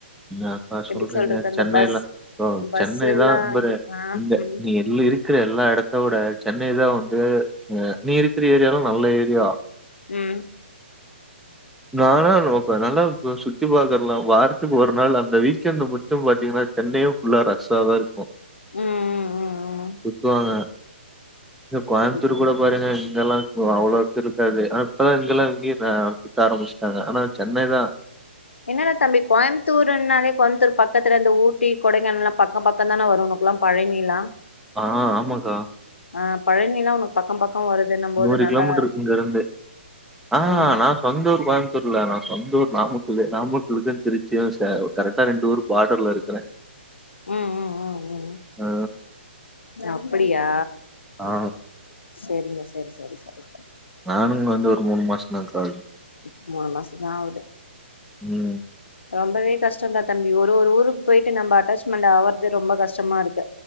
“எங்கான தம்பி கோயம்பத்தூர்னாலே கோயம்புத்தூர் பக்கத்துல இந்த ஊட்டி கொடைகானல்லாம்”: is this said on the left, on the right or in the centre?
Left